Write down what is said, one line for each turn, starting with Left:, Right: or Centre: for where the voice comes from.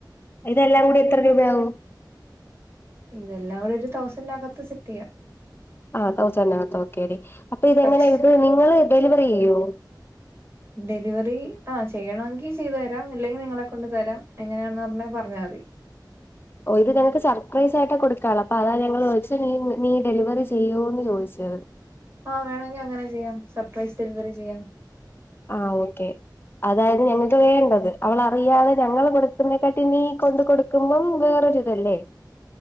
Left: ഇതെല്ലാ കൂടി എത്ര രൂപയാവും?
Right: ഇതെല്ലാം കുടെ ഒരു തൗസൻഡറ് അകത്ത് സെറ്റയ്യാം.
Left: ആഹ് തൗസന്റകത്ത് ഓക്കെടി അപ്പൊ ഇതെങ്ങനാ
Right: പക്ഷെ
Left: ഇത് നിങ്ങള് ഡെലിവറിയ്യോ?
Right: ഡെലിവറി ആ ചെയ്യണമെങ്കി ചെയ്തു തരാം ഇല്ലെങ്കിൽ നിങ്ങളെ കൊണ്ട് തരാം എങ്ങനെയാണെന്ന് പറഞ്ഞാ മതി.
Left: ഓ ഇത് ങ്ങൾക്ക് സർപ്രൈസയിട്ട കൊടുകള്ള അപ്പൊ അതാ ഞങ്ങൾ വിളിച്ച നീ ഡെലിവറി ചെയ്യുന്ന് ചോയിച്ചത്.
Right: ആഹ് വേണമെങ്കി അങ്ങനെ ചെയ്യാം സർപ്രൈസ് ഡെലിവറി ചെയ്യാം.
Left: ആഹ് ഓക്കെ. അതായിരുന്നു ഞങ്ങക്ക് വേണ്ടത് അവളറിയാതെ ഞങ്ങള് കൊടുക്കുന്ന തിനെക്കാട്ടി നീ കൊണ്ട് കൊടുക്ക.. ക്കുമ്പം വേറൊരിതല്ലേ.